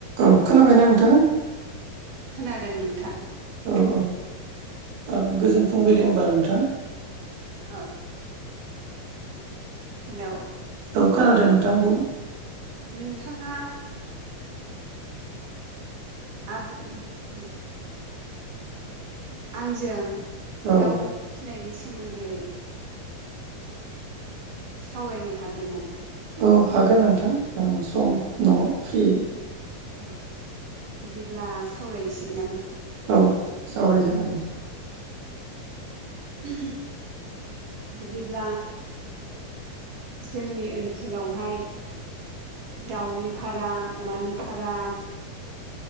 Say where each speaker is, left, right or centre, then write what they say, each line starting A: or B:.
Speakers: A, on the right (about 85°); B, on the right (about 65°).
A: औ खोनाबायना नोंथां?
B: खोनादों नोंथां।
A: औ औ औ गोजोन फुंबिलि होमबा नोंथां।
B: औ। हेलौ?
A: औ खोनादों नोंथां बुं।
B: नोंथाङा <inaudible> आंजों
A: औ
B: दाउ अमा फिसिनायनि सोमोन्दै सावरायनो हागोन नामा?
A: औ हागोन नोंथां आं सम दङ फ्रि।
B: औ बिदिब्ला सावरायनोसै नामा?
A: औ सावरायजागोन नोंथां।
B: <unintelligible> बिदिब्ला जोंनि ओनसोलावहाय दाउनि फाराम अमानि फाराम